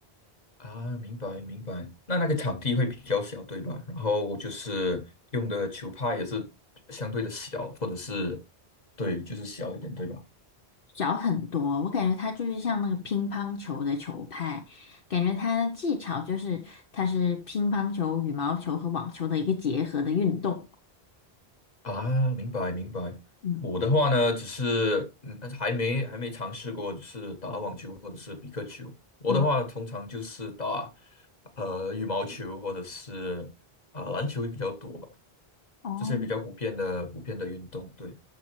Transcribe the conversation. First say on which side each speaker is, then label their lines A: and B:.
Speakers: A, on the left; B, on the left.
A: 啊，明白明白。那那个场地会比较小，对吧？然后就是用的球拍也是相对的小，或者是对，就是小一点，对吧？
B: 小很多，我感觉它就是像那个乒乓球的球拍，感觉它的技巧就是它是乒乓球、羽毛球和网球的一个结合的运动。
A: 啊，明白明白。
B: 嗯
A: 我的话呢，只是嗯，还没还没尝试过，就是打网球或者是比克球。我的话，
B: 嗯，
A: 通常就是打呃羽毛球或者是啊、篮球比较多吧，
B: 哦，
A: 这些比较普遍的普遍的运动。对，